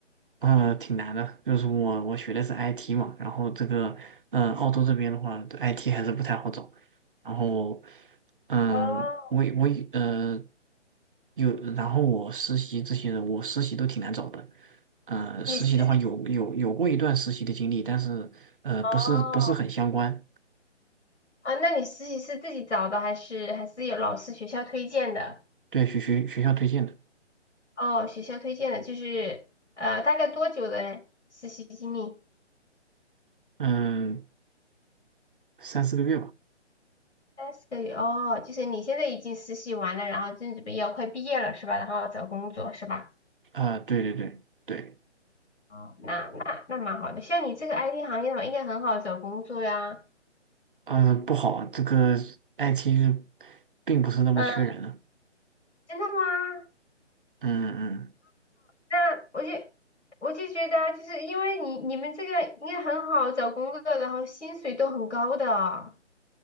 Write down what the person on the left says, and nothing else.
哦，
你实习
哦啊，那你实习是自己找的，还是还是有老师学校推荐的？
哦，学校推荐的，就是呃，大概多久的实习经历？
三四个月哦，就是你现在已经实习完了，然后正准备要快毕业了是吧？然后找工作是吧？
哦，那那那蛮好的。像你这个 IT 行业的话，应该很好找工作呀。
嗯，真的吗？
那我就我就觉得啊，就是因为你你们这个应该很好找工作，然后薪水都很高的。